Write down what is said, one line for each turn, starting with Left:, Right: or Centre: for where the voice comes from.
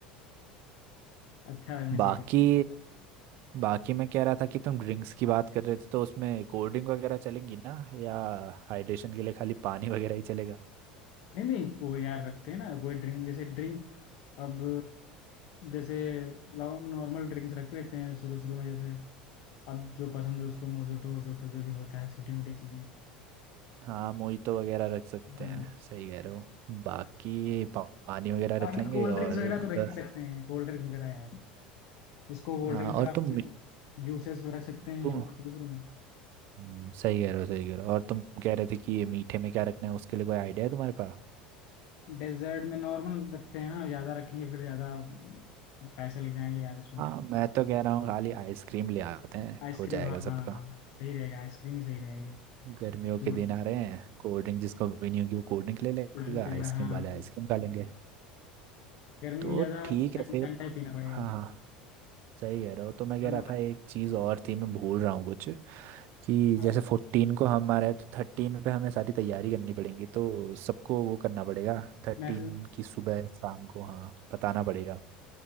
Left: अच्छा लगना चाहिए
Right: बाकी बाकी मैं कह रहा था कि तुम ड्रिंक्स की बात कर रहे थे तो उसमें कोल्ड ड्रिंक वगैरह चलेंगी ना या हाइड्रेशन के लिए खाली पानी वगैरह ही चलेगा
Left: नहीं नहीं वो यार रखते हैं ना कोई ड्रिंक जैसे ड्रिंक अब जैसे नॉर्मल ड्रिंक्स रख लेते हैं शुरू शुरू में जैसे अब जो पसंद हो उसको मोजोटो वोजोटो जो भी होता है छोटी मोटी चीजें
Right: हाँ मोहितो वगैरह रख सकते
Left: हाँ
Right: हैं सही कह रहे हो बाकी पा- पानी वगैरह
Left: बाकी
Right: रख लेंगे
Left: कोल्ड
Right: और
Left: ड्रिंक्स वगैरह
Right: ग-
Left: तो रख ही सकते हैं कोल्ड ड्रिंक्स वगैरह यार जिसको कोल्ड
Right: हाँ
Left: ड्रिंक्स
Right: और
Left: वगैरह
Right: तुम मी-
Left: जूसेस रख सकते
Right: तुम
Left: हैं शुरू शुरू में
Right: हम्म, सही कह रहे हो सही कह रहे हो और तुम कह रहे थे कि ये मीठे में क्या रखना है उसके लिए कोई आइडिया है तुम्हारे पास
Left: डेजर्ट में नॉर्मल रखते हैं ना ज्यादा रखेंगे फिर ज्यादा पैसे लग जाएंगे यार उसमें
Right: हाँ मैं तो कह रहा हूँ खाली आइसक्रीम ले आते हैं
Left: आइसक्रीम
Right: हो जाएगा
Left: हाँ
Right: सबका
Left: हाँ हाँ, सही रहेगा आइसक्रीम ही सही रहेगा
Right: गर्मियों
Left: कोल्ड
Right: के दिन आ रहे हैं कोल्ड ड्रिंक जिसको भी नहीं होगी वो कोल्ड ड्रिंक ले लेगा
Left: ड्रिंक पी
Right: आइसक्रीम
Left: लेगा हाँ हाँ।
Right: वाले आइसक्रीम खा लेंगे
Left: गर्मी
Right: तो
Left: में ज्यादा
Right: ठीक
Left: ठंड-
Right: है फिर
Left: ठंडा ही पीना पड़ेगा
Right: हाँ हाँ सही कह रहे हो तो मैं
Left: उसको
Right: कह
Left: ना-
Right: रहा था एक चीज़ और थी मैं भूल रहा हूँ कुछ कि
Left: यार
Right: जैसे फोर्टीन को हम आ रहे हैं तो थर्टीन पे हमें सारी तैयारी करनी पड़ेगी तो सबको वो करना पड़ेगा थर्टीन
Left: मैसेज
Right: की सुबह शाम को हाँ बताना पड़ेगा